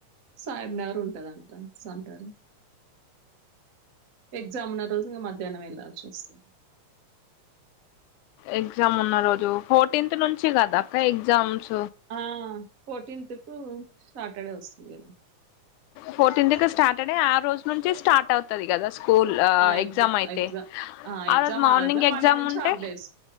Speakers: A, on the right; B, on the left.
A: సాబ్నర్ ఉంటదంట సంటారు ఎగ్జామ్ ఉన్న రోజు ఇ మధ్యాహ్నం వెళ్లాల్సి వస్తుంది
B: ఎగ్జామ్ ఉన్న రోజు ఫోర్టీన్త్ నుంచి కదా అక్క ఎగ్జామ్స్
A: ఆ ఫోర్టీన్త్ కు సాటర్డే వస్తుంది కదా
B: ఫోర్టీన్ కీ సాటర్డే ఆ రోజు నుంచి స్టార్ట్ అవుతుది కదా స్కూల్ ఆ
A: ఎగ్జా
B: ఎగ్జామ్ అయితే
A: ఎగ్జామ్ ఆ ఎగ్జామ్
B: రోజు మార్నింగ్
A: ఆరోజే మండే
B: ఎగ్జామ్
A: నుంచి
B: ఉంటే
A: హాఫ్ డేస్